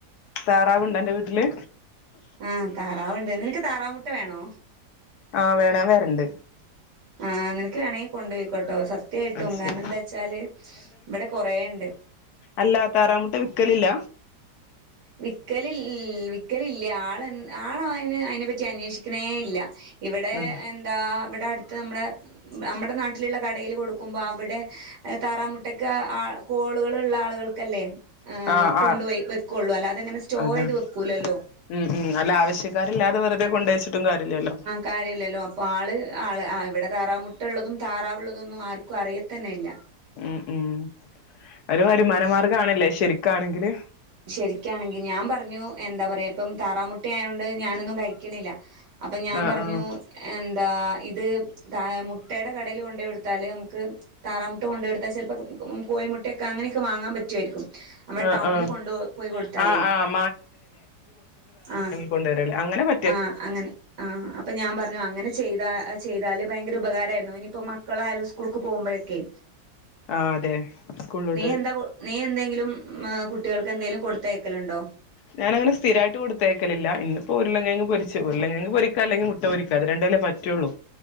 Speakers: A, on the left; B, on the right.
A: താറാവ്ണ്ടന്റെ വീട്ടില്
B: ആഹ് താറാവ്ണ്ട്, നിനക്ക് താറാവ് മുട്ട വേണോ?
A: ആഹ് വേണം. ഞാൻ വെരണ്ട്.
B: ആഹ് നിനക്ക് വേണെങ്കി കൊണ്ട് പൊയ്ക്കൊ ട്ടോ സത് ത്യായിട്ടും.
A: അത് ശരി
B: കാരണം ന്താച്ചാല് വടെ കൊറേണ്ട്.
A: അല്ലാ താറാമുട്ട വിക്കലില്ല?
B: വിക്കല്ൽ വിക്കലില്യ ആള് ആളയ്ന് അയ്നെപ്പറ്റി അന്വേഷിക്ക്‌ണേല്ല. ഇവ്ടെ
A: ഉം
B: എന്താ ഇവ്ടട്ത്ത് നമ്മടെ നമ്മടെ നാട്ടില്ള്ള കടേല് കൊടുക്കുമ്പോ അവ്ടെ താറാമുട്ടക്ക് ആ കോള്കള് ള്ള ആളുകൾക്കല്ലേ? ഏഹ്
A: ആഹ്
B: കൊണ്ടോയി
A: ആഹ്
B: വെക്ക്വള്ളൂ. അല്ലാതെങ്ങനെ സ്റ്റോറെയ്ത്
A: അതാ
B: വെക്കൂല്ലല്ലോ.
A: ഉം ഉം അല്ല ആശ്യക്കാരില്ലാതെ വെറുതെ കൊണ്ടുവെച്ചിട്ടും കാര്യല്ലല്ലോ
B: കാര്യല്ലല്ലോ. പ്പോ ആള് ആള് ഇവ്ടെ താറാമുട്ടള്ളതും താറാവ്ള്ളതൊന്നും ആർക്കും അറിയത്തന്നെ ഇല്ല.
A: ഉ ഉം ഒര് വര്മാനമാർഗ്ഗാണ്ലേ ശെരിക്കാണെങ്കില്
B: ശെരിക്കാണെങ്കി, ഞാൻ പറഞ്ഞു എന്താ പറയാ ഇപ്പം താറാമുട്ടയായോണ്ട് ഞാനൊന്നും കഴിക്ക്‌ണില്ല. അപ്പ ഞാമ്പറഞ്ഞു
A: ആഹ് ആഹ്
B: എന്താ ഇത് താ മുട്ടേടെ കടേല് കൊണ്ടയൊട്ത്താല് നമ്മക്ക് താറാമുട്ട കൊണ്ടയൊടുത്താ ചെൽപ്പോ കോയിമുട്ടയൊക്കെ അങ്ങനെയൊക്കെ വാങ്ങാൻ പറ്റുവാരിക്കും. നമ്മടെ
A: ആഹ്
B: ടൗണില്
A: ആഹ്
B: കൊണ്ട്പൊ പോയി കൊടുത്താലേ
A: ആഹ് ആഹ്
B: ആഹ്
A: കൊണ്ടുരല് അങ്ങനെപ
B: ആഹ് അങ്ങനെ ആ അപ്പ ഞാൻ പറഞ്ഞു അങ്ങനെ ചെയ്ത ചെയ്താല് ഭയങ്കര ഉപകാരായ്രുന്നു ഇനിപ്പ മക്കളായാലും സ്കൂൾക്ക് പോകുമ്പൊഴൊക്കെ
A: ആഹ് അതെ സ്കൂൾലോട്ട്
B: എന്താ നീ എന്തെങ്കിലും ഏഹ് കുട്ടികൾക്ക് എന്തേലും കൊടുത്തയക്കലുണ്ടോ
A: ഞാനങ്ങനെ സ്ഥിരായിട്ട് കൊടുത്തയക്കലില്ല ഇന്നിപ്പോ ഉരുളംകിഴങ്ങ് പൊരിച്ചു ഉരുളംകിഴങ്ങ് പൊരിക്ക അല്ലെങ്കി മുട്ട പൊരിക്ക കതിരൊണ്ടെലെ പറ്റുവൊള്ളൂ